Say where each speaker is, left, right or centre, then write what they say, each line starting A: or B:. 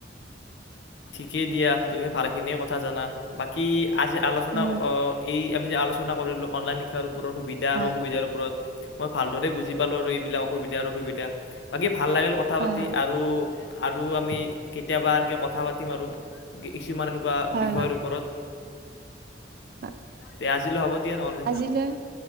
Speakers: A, on the left; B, on the right.
A: ঠিকেই দিয়া তুমি ভালে খিনিয়ে কথা জানা বাকী, আজি আলোচনা
B: উম
A: অ এই আমি আলোচনা কৰিলো অনলাইন শিক্ষাৰ আৰু পৰ সুবিধা
B: হয়
A: আৰু অসুবিধাৰ ওপৰত মই ভালদৰে বুজি পালো আৰু এইবিলাক অসুবিধাৰ সুবিধা বাকী ভাল লাগিল কথা
B: হয়
A: পাতি আৰু আৰু আমি কেতিয়াবা এনেকে কথা পাতিম আৰু কিছুমান কা
B: হয়
A: বিষয়ৰ
B: হয়
A: ওপৰত
B: হয়
A: দে আজিলৈ হ'ব দিয়া নহ'লে
B: আজিলৈ